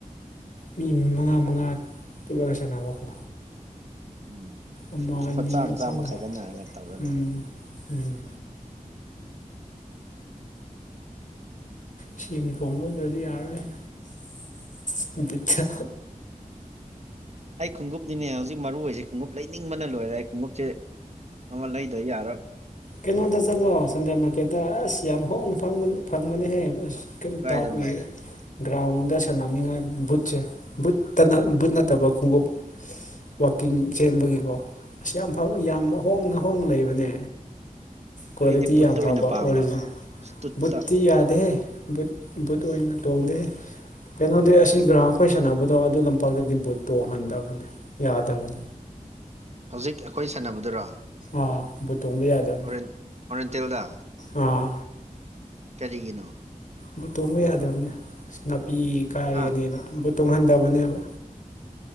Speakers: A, on the left; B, on the right.
A: ꯃꯤ ꯃꯉꯥ ꯃꯉꯥ ꯄꯨꯜꯂꯒ ꯁꯥꯟꯅꯕꯀꯣ꯫
B: ꯎꯝ
A: ꯑꯃ
B: ꯂꯨꯄꯥ
A: ꯑꯅꯤ
B: ꯆꯥꯝ
A: ꯑꯍꯨꯝ
B: ꯆꯥꯃ ꯈꯥꯏꯒꯠꯅꯔꯒ ꯇꯧꯔ
A: ꯎꯝ
B: ꯂꯣꯏꯔꯦ
A: ꯎꯝ ꯁꯤ ꯌꯨꯅꯤꯐꯣꯝ ꯂꯧꯗ꯭ꯔꯗꯤ ꯌꯥꯔꯔꯣꯏꯍꯦ ꯁꯨꯝ ꯕꯤꯠꯇ
B: ꯑꯩ ꯈꯣꯡꯎꯞꯅꯤꯅꯦ ꯍꯧꯖꯤꯛ ꯃꯔꯨ ꯑꯣꯏꯔꯤꯁꯤ ꯈꯣꯡꯎꯞ ꯂꯩꯅꯤꯡꯕꯅ ꯂꯣꯏꯔꯦ ꯑꯩ ꯈꯣꯡꯎꯞꯁꯦ ꯑꯃ ꯂꯩꯗ ꯌꯥꯔꯔꯣꯏ
A: ꯀꯩꯅꯣꯗ ꯆꯠꯂꯣ ꯁꯟꯗꯦ ꯃꯥꯔꯀꯦꯠꯇ ꯑꯁ ꯌꯥꯝ ꯍꯣꯡꯅ ꯐꯪꯕꯅꯦꯍꯦ ꯑꯁ ꯀꯔꯤꯝ
B: ꯀꯥꯏꯗꯅꯣ
A: ꯇꯥꯥꯕ ꯅꯨꯡꯉꯥꯏꯇꯦ ꯒ꯭ꯔꯥꯎꯟꯗ ꯁꯥꯟꯅꯅꯤꯡꯉꯥꯏ ꯕꯨꯠꯁꯦ ꯕꯨꯠꯇ ꯕꯨꯠ ꯅꯠꯇꯕ ꯈꯣꯡꯎꯞ ꯋꯥꯛꯀꯤꯡ ꯆꯦꯟꯕꯒꯤꯀꯣ ꯑꯁ ꯌꯥꯝ ꯐꯕ ꯌꯥꯝ ꯍꯣꯡꯅ ꯍꯣꯡꯅ ꯂꯩꯕꯅꯦ ꯀ꯭ꯋꯥꯂꯤꯇꯤ
B: ꯑꯩꯗꯤ ꯕꯨꯠꯇ
A: ꯌꯥꯝ
B: ꯑꯣꯏꯅ
A: ꯐꯕ
B: ꯄꯥꯝꯕ
A: ꯑꯣꯔꯤꯖꯤꯅꯦꯜ
B: ꯏꯁꯇꯨꯠꯇ
A: ꯕꯨꯠꯇꯤ ꯌꯥꯗꯦꯍꯦ ꯕꯨꯠ ꯕꯨꯠ ꯑꯣꯏꯅ ꯇꯣꯡꯗꯦꯍꯦ ꯀꯩꯅꯣꯗꯤ ꯑꯁꯤ ꯒ꯭ꯔꯥꯎꯟ ꯑꯩꯈꯣꯏ ꯁꯥꯟꯅꯕꯗꯣ ꯑꯗꯨ ꯂꯝꯄꯥꯛꯇꯗꯤ ꯕꯨꯠ ꯇꯣꯡꯍꯟꯗꯕꯅꯤ ꯌꯥꯗꯕꯅꯤ
B: ꯍꯧꯖꯤꯛ ꯑꯩꯈꯣꯏ ꯁꯥꯟꯅꯕꯗꯨꯔꯣ
A: ꯑꯥ ꯕꯨꯠꯇꯣꯡꯕ ꯌꯥꯗꯕꯅꯤ
B: ꯑꯣꯔꯦꯟ ꯑꯣꯔꯦꯟꯇꯦꯜꯗ
A: ꯑꯥ
B: ꯀꯔꯤꯒꯤꯅꯣ
A: ꯕꯨꯠ ꯇꯣꯡꯕ ꯌꯥꯗꯕꯅꯦ ꯑꯁ ꯅꯥꯄꯤ ꯀꯥꯏꯒꯅꯤꯅ
B: ꯍꯥ
A: ꯕꯨꯠ ꯇꯣꯡꯍꯟꯗꯕꯅꯦꯕ